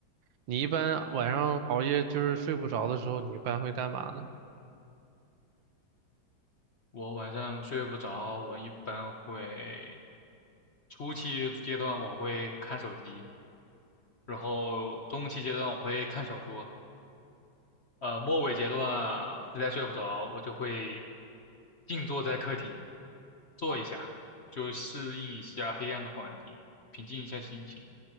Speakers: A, on the right; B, on the left.
A: 你一般晚上熬夜就是睡不着的时候，你一般会干嘛呢？
B: 我晚上睡不着，我一般会。初期阶段我会看手机，然后中期阶段我会看小说，呃，末尾阶段啊实在睡不着，我就会静坐在客厅坐一下，就适应一下黑暗的环境，平静一下心情，